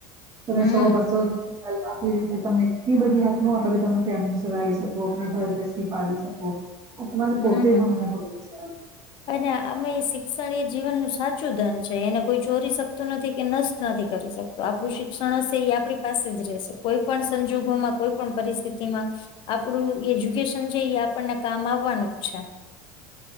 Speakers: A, on the right; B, on the left.
A: તમે
B: હમ
A: સો બસો હેલ્પ આપી ર તમને એટલી બધી હેલ્પ ન આપે કે તમે ફેમિલી ચલાવી શકો આપણા ઘર બેસીથી પાલી શકો આ તમારે
B: હમ
A: પોતે ભનવું પડે છે
B: અને આમાં શિક્ષણ એ જીવન ન સાચું ધન છે એને કોઈ ચોરી શકતું નથી કે ન નથી કરી શકતો આપણું શિક્ષણ હશે એ આપણી પાસે જ રહેશે કોઈ પણ સંજોગોમાં કોઈ પણ પરિસ્થિતિમાં આપડું એજ્યુકેશન છે એ આપણને કામ આવવાનું જ છે